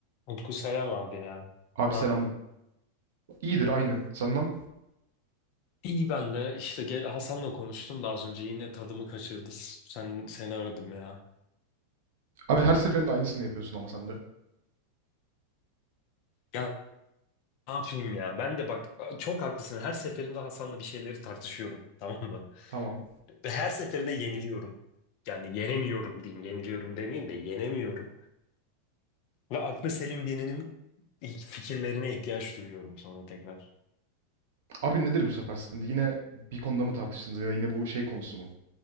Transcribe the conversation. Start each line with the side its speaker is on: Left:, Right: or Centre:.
Left: Utku selam abi ya.
Right: Abi
Left: Ne
Right: selam.
Left: yaptın?
Right: İyidir aynı. Senden.
Left: İyi ben de işte gel Hasan'la konuştum da az önce yine tadımı kaçırdı. S- Sen seni aradım ya.
Right: Abi her seferinde aynısını yapıyorsun ama sen de.
Left: Ya ne yapayım ya? Ben de bak çok haklısın. Her seferinde Hasan'la bir şeyleri tartışıyorum. <laughs> Tamam mı?
Right: Tamam.
Left: Ve her seferinde yeniliyorum. Yani yenemiyorum diyeyim. Yeniliyorum demeyeyim de yenemiyorum. Ve aklı selim birinin fikirlerine ihtiyaç duyuyorum sonra tekrar.
Right: Abi nedir bu sefer sıkıntı? Yine bir konuda mı tartıştınız ya da yine bu şey konusu mu?